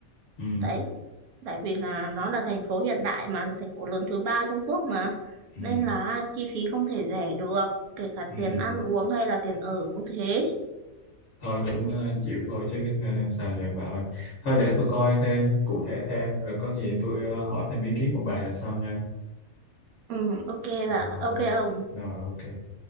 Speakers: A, on the left; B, on the right.
A: ừ
B: Đấy tại vì là nó là thành phố hiện đại mà thành phố lớn thứ ba Trung Quốc mà
A: ừ
B: nên là chi phí không thể rẻ được kể cả
A: ừ
B: tiền ăn uống hay là tiền ở cũng thế
A: thôi cũng ờ, chịu thôi chứ biết ờ, sao giờ bà ơi thôi để tôi coi thêm cụ thể thêm rồi có gì tôi ờ, hỏi thêm ý kiến của bà là sao nha
B: ừ ok
A: Ờ,
B: bà
A: ok
B: ok ông
A: rồi ok